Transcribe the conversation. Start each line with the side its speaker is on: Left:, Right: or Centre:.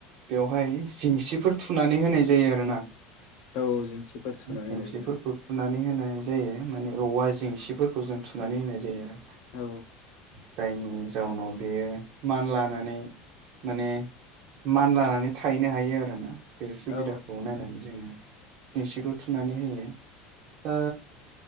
Right: बेवहाय जेंसिफोर थुनानै होनाय जायो आरोना।
Left: औ जेंसिफोर थुनानै
Right: सिस
Left: होनाय जायो
Right: थुनानै होनाय जायो माने औवा जेंसिफोरखौ जों थुनानै होनाय जायो आरो
Left: औ
Right: जायनि जाउनाव बेयो मान लानानै माने मान लानानै थाहैनो हायो आरोना बे सुबिदाखौ
Left: औ
Right: नायनानै जोङो जिसिखौ थुनानै होयो ओ